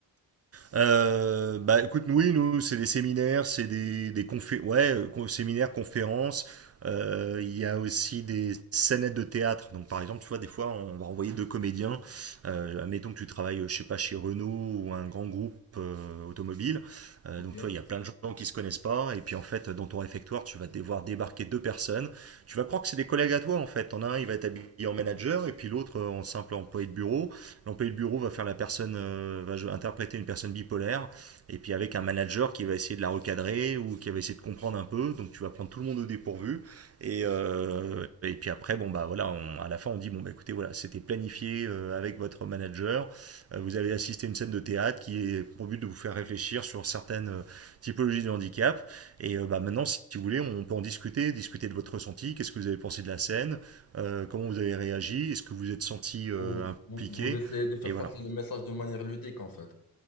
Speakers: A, on the right; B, on the left.
A: Euh, bah écoute, oui, nous, c'est des séminaires, c'est des, des confé- ouais, euh, con- séminaires, conférences. Euh, Il y a aussi des scénettes de théâtre. Donc par exemple, tu vois, des fois, on va envoyer deux comédiens. Euh, admettons que tu travailles, euh, je sais pas, chez Renault ou un grand groupe euh, automobile. Euh,
B: Ok.
A: donc tu vois, il y a plein de gens qui se connaissent pas. Et puis en fait, dans ton réfectoire, tu vas devoir débarquer deux personnes. Tu vas croire que c'est des collègues à toi en fait. En un, il va être habillé en manager et puis l'autre euh, en simple employé de bureau l'employé de bureau va faire la personne, euh, va interpréter une personne bipolaire, et puis avec un manager qui va essayer de la recadrer ou qui va essayer de comprendre un peu. Donc tu vas prendre tout le monde au dépourvu, et, euh, et puis après, bon bah voilà, on- à la fin on dit bon bah écoutez voilà, c'était planifié euh, avec votre manager. Euh, vous avez assisté à une scène de théâtre qui est pour but de vous faire réfléchir sur certaines euh, typologies de handicap. Et euh, bah maintenant, si vous voulez, on peut en discuter, discuter de votre ressenti, qu'est-ce que vous avez pensé de la scène, euh, comment vous avez réagi, est-ce que vous êtes senti euh,
B: Ou vous,
A: impliqué,
B: vous essayez de faire
A: et voilà.
B: passer le message de manière ludique, en fait?